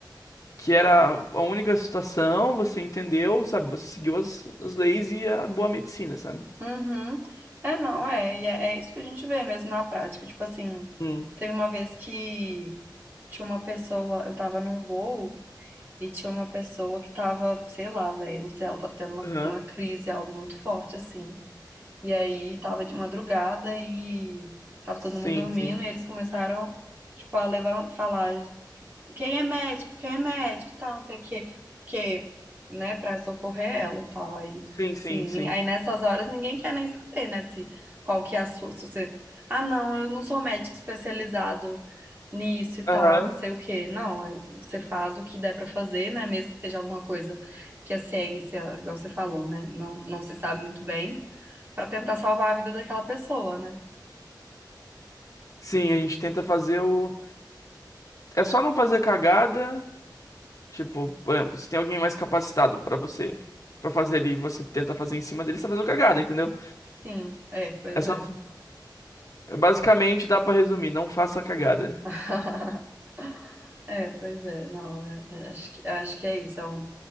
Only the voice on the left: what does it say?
que era a única situação, você entendeu, sabe? Você seguiu as, as leis e a boa medicina, sabe?
Hum.
Aham.
Sim,
sim.
Sim, sim,
sim.
Aham.
Sim, a gente tenta fazer o. É só não fazer cagada. Tipo, por exemplo, se tem alguém mais capacitado pra você pra fazer ali, e você tenta fazer em cima dele, você tá fazendo cagada, entendeu?
É só...
é Basicamente dá pra resumir, não faça cagada.